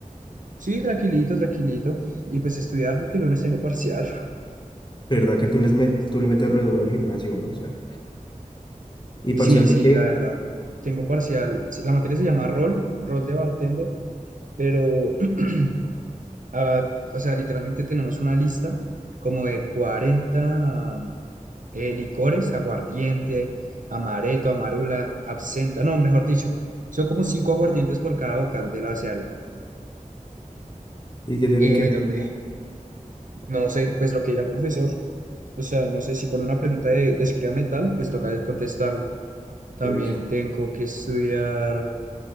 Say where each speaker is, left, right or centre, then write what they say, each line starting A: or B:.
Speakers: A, on the right; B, on the left.
A: Sí, tranquilito, tranquilito. Y pues estudiar porque el lunes tengo parcial. <laughs>
B: ¿Verdad que tú les met- tú le metes re duro al gimnasio, bro? O sea, ¿y parcial
A: Sí,
B: de
A: sí,
B: qué?
A: la verdad. Tengo parcial. sí, La materia se llama rol, rol de bartender, pero, <clears throat> ah, o sea, literalmente tenemos una lista como de 40 eh, licores, aguardiente, amaretto, amarula, absenta, no, mejor dicho, son como cinco aguardientes por cada vocal del abecedario.
B: ¿Y qué tienen
A: Eh,
B: que hacer?
A: donde, no sé, pues lo que diga el profesor. O sea, no sé si pone una pregunta de, de escríbame tal, pues toca de contestarlo. También
B: Uy,
A: tengo que estudiar